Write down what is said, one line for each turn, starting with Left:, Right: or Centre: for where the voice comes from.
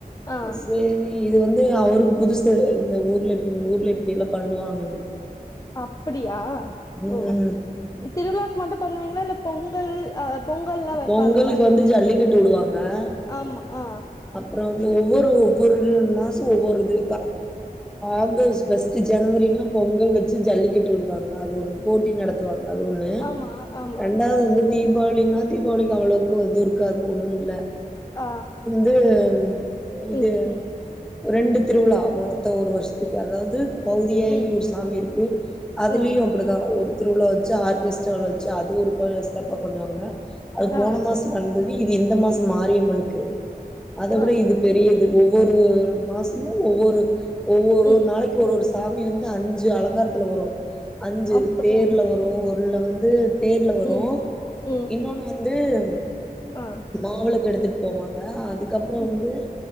Left: ஆ
Centre: சவேர <unintelligible> இது வந்து அவருக்கு புதுசு இந்த ஊர்ல ஊர்ல இப்படிலா பண்ணுவாங்கன்னு
Left: அப்படியா
Centre: ம்
Left: ஓ திருவிழாக்கு மட்டு பண்ணுவீங்களா இல்ல பொங்கல் அ பொங்கல்லா வைப்பாங்கல்ல
Centre: பொங்கலுக்கு வந்து ஜல்லிக் கட்டு வுடுவாங்க ஆ
Left: ஆமா ஆ
Centre: அப்றோ ஒவ்வொரு ஒவ்வொரு மாசோ ஒவ்வொரு இது ஆகஸ்ட் பஸ்ட் ஜனவரினா பொங்கல் வச்சு ஜல்லிக்கட்டு விடுவாங்க அது ஒண்ணு போட்டி நடத்துவாங்க அது ஒண்ணு
Left: ஆமா ஆமா
Centre: ரெண்டாவது வந்து தீபாவளினா தீபாவளிக்கு அவ்வளவுக்கு எது இருக்காது ஒண்ணு இல்ல
Left: ஆ
Centre: <unintelligible> இது
Left: ம் ம்
Centre: ரெண்டு திருவிழா மொத்த ஒரு வருஷத்துக்கு அதாவது பௌதியகி
Left: ம்
Centre: ஒரு சாமி இருக்கு அதுலயும்
Left: ம்
Centre: அப்படிதான் ஒரு திருவிழா வச்சு ஆர்கெஸ்ட்ராவில் வச்சு அது ஒரு பசலப்பா பண்ணுவாங்க அது
Left: ஆ
Centre: போன மாசம்
Left: சரி
Centre: நடந்தது இது இந்த மாசம் மாரியம்மனுக்கு அத
Left: ஆ
Centre: விட இது பெரியது ஒவ்வொரு மாசமு ஒவ்வொரு இது ஒவ்வொரு
Left: ம்
Centre: ஒரு நாளைக்கு ஒரு ஒரு ஸ் சாமி வந்து அஞ்சு அலங்காரத்துல வரு அஞ்சு
Left: அப்படியா
Centre: தேர்ல வரு ஒருல வந்து து தேர்ல வரு
Left: ம் ம்
Centre: இன்னொன்னு வந்து உம்
Left: ஆ
Centre: மாவலக்கு எடுத்துட்டு போவாங்க அது அதுக்கப்புரோ
Left: ம்
Centre: வந்து